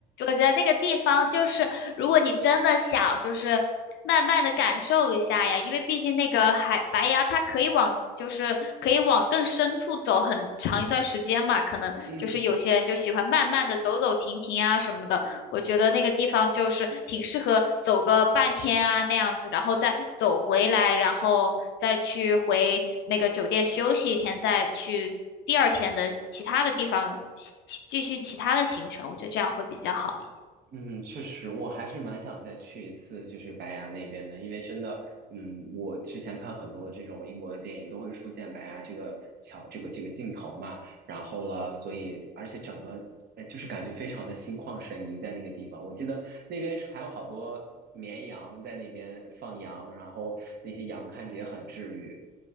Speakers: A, on the left (about 60°); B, on the right (about 50°).
A: 我觉得那个地方就是，如果你真的想，就是慢慢的感受一下呀，因为毕竟那个海白崖，它可以往，就是可以往更深处走很长一段时间嘛，可能就是有些人就喜欢慢慢的走走停停啊什么的，
B: 嗯，
A: 我觉得那个地方就是挺适合走个半天啊那样子，然后再走回来，然后再去回那个酒店休息一天，再去第二天的其他的地方其其继续其他的行程，我觉得这样会比较好一些。
B: 嗯，确实，我还是蛮想再去一次，就是白崖那边的，因为真的，嗯，我之前看很多这种英国的电影都会出现白崖这个桥，这个这个镜头嘛，然后了，所以而且整个呃就是感觉非常的心旷神怡在那个地方。我记得那边是还有好多绵羊在那边放羊，然后那些羊看着也很治愈。